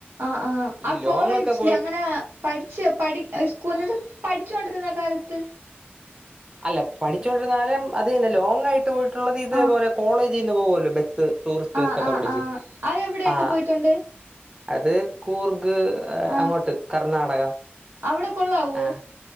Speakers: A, on the right; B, on the right.
A: ആഹ് ആഹ്
B: ഈ
A: ആ
B: ലോങ്
A: കോളേജില്
B: ഒക്കെ പോയി
A: അങ്ങനെ പഠിച്ച് പഠ സ്‌കൂളിന്ന് പഠിച്ചോണ്ടിരുന്ന കാലത്ത്
B: അല്ല പഠിച്ചുകൊണ്ടിരുന്നാലും അത് തന്നെ ലോങ് ആയിട്ട് പോയിട്ടുള്ളത് ഇത്പോലെ
A: ആ
B: കോളേജിന്ന് പോവല്ലോ ബസ്സിന് ടൂറിസ്റ്റ്
A: ആ
B: ബസ്സൊക്കെ
A: ആ
B: പിഠിച്ച്
A: ആ അത് എവിടെയൊക്കെ
B: ആ
A: പോയിട്ടുണ്ട്
B: അത് കൂർഗ്
A: ആ
B: അങ്ങോട്ട് കർണാടക
A: അവിടെ കൊള്ളാവോ
B: ആഹ്